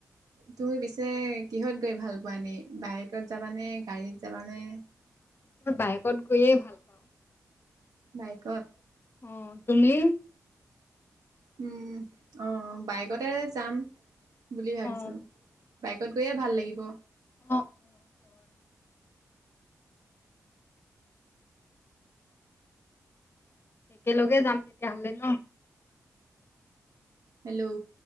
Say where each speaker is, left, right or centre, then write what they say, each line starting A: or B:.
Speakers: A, on the right; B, on the left.
A: তুমি পিছে কিহত গৈ ভাল পোৱা নে বাইকত যাবানে গাড়ীত যাবানে
B: মই বাইকত গৈয়ে ভাল পাওঁ।
A: বাইকত।
B: অঁ তুমি?
A: উম আহ বাইকতে যাম। বুলি ভাবিছো,
B: অ
A: বাইকত গৈয়ে ভাল লাগিব।
B: অ অ হয়। একেলগে যাম তেতিয়াহলে ন?
A: হেল্ল'